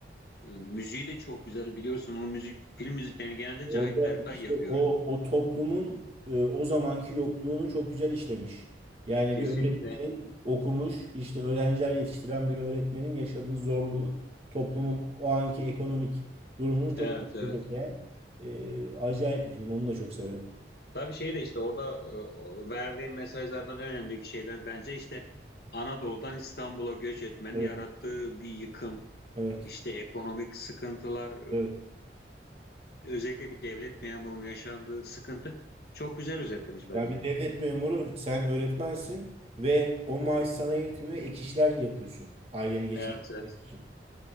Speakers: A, on the left; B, on the right.
A: e, müziği de çok güzel biliyorsun. O müzik film müziklerini genelde
B: Orada
A: Cahit Berkay
B: işte
A: yapıyor.
B: o o toplumun e, o zamanki yokluğunu çok güzel işlemiş. Yani
A: Kesinlikle.
B: bir öğretmenin okumuş, işte öğrenciler yetiştiren bir öğretmenin yaşadığı zorluğu, toplumun o anki ekonomik durumunu çok
A: Evet
B: güzel
A: evet.
B: özetleyen e, acayip bir film. Onu da çok severim.
A: Tabii şey de işte orada e, verdiğim mesajlardan en önemli şeyler bence işte Anadolu'dan İstanbul'a göç etmenin
B: Evet,
A: yarattığı bir yıkım,
B: evet,
A: işte ekonomik sıkıntılar,
B: evet.
A: özellikle bir devlet memurunun yaşandığı sıkıntı çok güzel özetlemiş bence.
B: Ya bir devlet memuru, sen öğretmensin ve o maaş sana yetmiyor, ek işler yapıyorsun aileni geçindirmek
A: Evet, evet.
B: için.